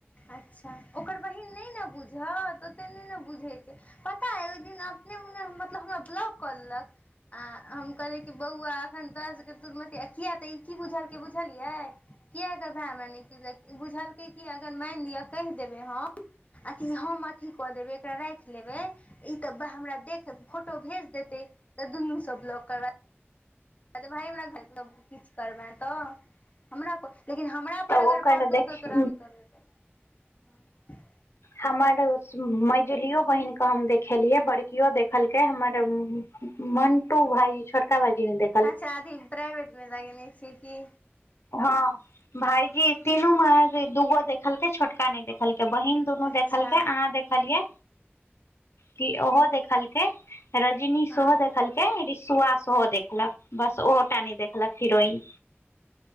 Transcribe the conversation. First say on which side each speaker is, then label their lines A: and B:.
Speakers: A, on the left; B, on the left.
A: अच्छा ओकर बहिन नइ ने बुझत ओतेक नहि ने बुझैत छै पता है ओइ दिन अपने मने मतलब हमरा ब्लॉक कऽ देलक आ हम कहलियै कि बौआ एखन तोरासके दुूर्म किया तऽ ई की बुझलकै बुझलियै कियकऽ भाय हमरा न क बुझलकै कि अगर मानि लिअ कहि देबै हम अथी हम अथी कऽ देबै एकरा राखि लेबै ई तऽ हमरा देख फोटो भेज देतै तऽ दूनूं स ब्लॉक करा भाय हमरा किछु करबे तऽ हमरा लेकिन हमरा
B: तऽ
A: अगर
B: ओकर
A: पड़तौ
B: देख
A: तऽ तोरा हम करबै करब
B: हमर मैझिलियो बहिन क हम देखेलियै बड़कियो देखलकै हमर मन्टू भायजी छोटका भाइजि न देख
A: अच्छा अथी प्राइवेट मे लगेने छियै की
B: हँ भाईजी तीनू मे दूगो देखलकै छोटका नहि देखलकै बहिन त देखलकै
A: अच्छा
B: अहाँ देखलियै की ओहो देखलकै रजनी
A: हँ
B: सेहो देखलक रिसुआ सेहो देखलक बस ओहोटा नहि देखलक हिरोइन